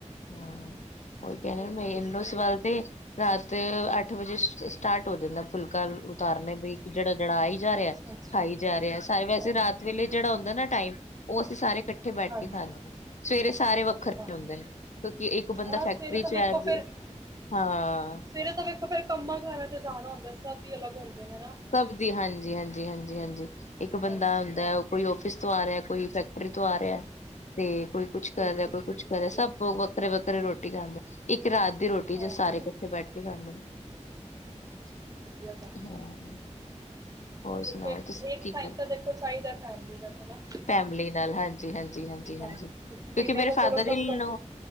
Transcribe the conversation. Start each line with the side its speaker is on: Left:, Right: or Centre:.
Left: ਹਾਂ
Right: ਹਾਂਜੀ
Left: ਉਹੀ ਕਹਿ ਰਹੇ
Right: ਹੋਰ ਦੱਸੋ
Left: ਇਨੋ ਸਵਾਲ ਤੇ ਰਾਤ ਅੱਠ ਵਜੇ ਸਟਾਰਟ ਹੋ ਜਾਂਦਾ ਫੁਲਕਾ ਉਤਾਰਨਾ ਬਈ ਜਿਹੜਾ ਜਿਹੜਾ ਆਈ ਜਾ ਰਿਹਾ
Right: ਅੱਛਾ ਅੱਛਾ
Left: ਖਾਈ ਜਾ ਰਿਹਾ ਸਾਰੇ ਵੈਸੇ
Right: ਹਾਂ
Left: ਰਾਤ ਵੇਲੇ ਜਿਹੜਾ ਹੁੰਦਾ
Right: ਹਾਂ
Left: ਨਾ ਟਾਈਮ ਉਹ ਅਸੀਂ ਸਾਰੇ ਇਕੱਠੇ ਬੈਠ
Right: ਹਾਂਜੀ
Left: ਕੇ ਖਾਂਦੇ ਸਵੇਰੇ ਸਾਰੇ ਵੱਖਰੇ
Right: ਹਾਂ
Left: ਹੁੰਦੇ ਨੇ ਕਿਉਂਕਿ ਇੱਕ ਬੰਦਾ
Right: ਆਹ
Left: ਫੈਕਟਰੀ
Right: ਸਵੇਰੇ ਤਾਂ ਵੇਖੋ
Left: ਚ ਹੈ
Right: ਫਿਰ
Left: ਹਾਂ
Right: ਸਵੇਰੇ ਤਾਂ ਵੇਖੋ ਫੇਰ ਕੰਮਾਂ ਕਾਰਾਂ ਤੇ ਜਾਨਾ ਹੁੰਦਾ ਸਭ ਹੀ ਅਲੱਗ ਹੁੰਦੇ ਨੇ ਨਾ।
Left: ਸਭ ਦੀ ਹਾਂਜੀ ਹਾਂਜੀ ਹਾਂਜੀ ਹਾਂਜੀ ਇੱਕ ਬੰਦਾ
Right: ਹਾਂਜੀ
Left: ਆਂਦਾ ਕੋਈ ਆਫਿਸ ਤੋਂ ਆ ਰਿਹਾ ਕੋਈ ਫੈਕਟਰੀ ਤੋਂ ਆ ਰਿਹਾ ਤੇ ਕੋਈ ਕੁਛ ਕਰ
Right: ਬਿਲਕੁਲ
Left: ਰਿਹਾ ਕੋਈ
Right: ਜੀ
Left: ਕੁਛ
Right: ਬਿਲਕੁਲ
Left: ਕਰ ਰਿਹਾ ਸਭ ਵੱਖਰੇ ਵੱਖਰੇ ਰੋਟੀ ਖਾਂਦੇ ਇੱਕ ਰਾਤ ਦੀ ਰੋਟ-
Right: ਹਾਂ
Left: ਜੇ
Right: ਹਾਂ
Left: ਸਾਰੇ ਇਕੱਠੇ ਬੈਠ ਕੇ ਖਾਦੇ
Right: ਚਲੋ ਵਧੀਆ ਕੰਮ
Left: ਹਾਂ।
Right: ਹੈ
Left: ਹੋਰ ਸੁਣਾਓ
Right: ਦੇਖੋ
Left: ਤੁਸੀਂ
Right: ਇਕ
Left: ਕੀ
Right: ਟਾਈਮ
Left: ਕਰ
Right: ਤਾਂ ਦੇਖੋ ਚਾਹੀਦਾ ਫੈਮਲੀ ਨਾਲ ਹਨਾ।
Left: ਫੈਮਲੀ ਨਾਲ ਹਾਂਜੀ ਹਾਂਜੀ ਹਾਂਜ। ਹਾਂਜੀ
Right: ਹਾਂ
Left: ਹਾਂਜੀ ਕਿਉਂਕਿ
Right: ਦਿਨੇ
Left: ਮੇਰੇ
Right: ਤਾਂ ਚਲੋ
Left: ਫਾਦਰ
Right: ਸਭ
Left: ਇਨ ਲੋ